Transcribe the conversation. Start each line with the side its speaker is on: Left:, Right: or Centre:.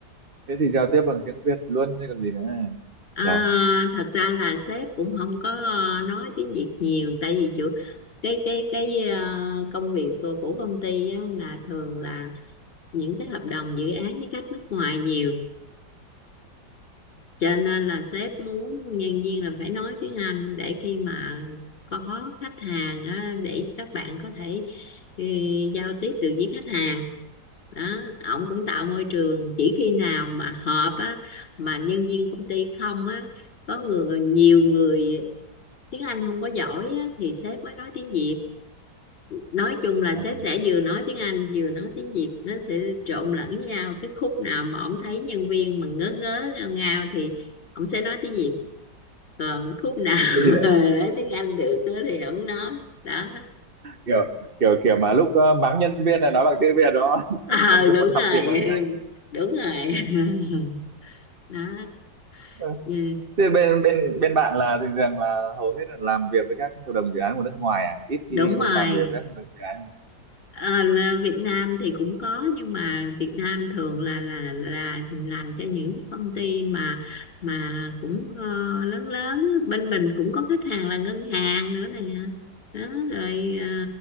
Right: thế thì giao tiếp bằng tiếng Việt luôn chứ còn gì nữa
Left: À,
Right: nhỉ à,
Left: thật ra là sếp cũng không có ờ, nói tiếng Việt nhiều tại vì chủ cái cái cái ờ, công việc của của công ty á, là thường là những cái hợp đồng dự án với khách nước ngoài nhiều cho nên là sếp muốn nhân viên là phải nói tiếng Anh để khi mà có khách hàng á, để các bạn có thể ừ, giao tiếp được với khách hàng đó ổng cũng tạo môi trường chỉ khi nào mà họp á mà nhân viên công ty không á có người nhiều người tiếng Anh không có giỏi á, thì sếp mới nói tiếng Việt nói chung là
Right: à.
Left: sếp sẽ vừa nói tiếng Anh vừa nói tiếng Việt nó sẽ trộn lẫn với nhau cái khúc nào mà ổng thấy nhân viên mà ngớ ngớ ngao ngao thì ổng sẽ nói tiếng Việt còn khúc nào <laughs>
Right: Thế thì,
Left: nói tiếng Anh được đó thì ổng nói đó
Right: kiểu kiểu kiểu mà lúc ờ, mắng nhân viên là nói bằng tiếng Việt đó <laughs>
Left: ờ
Right: làm
Left: đúng
Right: làm
Left: rồi
Right: việc
Left: em
Right: bằng tiếng Anh
Left: đúng rồi <laughs> đó
Right: Ừ.
Left: Ừ.
Right: thế bên bên bên bạn là thường thường là hầu hết là làm việc với các hợp đồng dự án của nước ngoài à ít
Left: đúng
Right: khi
Left: rồi
Right: làm việc với các hợp đồng dự án
Left: Ờ, là Việt Nam thì cũng có nhưng mà Việt Nam thường là là là làm cho những cái công ty mà mà cũng ờ, lớn lớn á. bên mình cũng có khách hàng là ngân hàng nữa nè đó rồi ờ,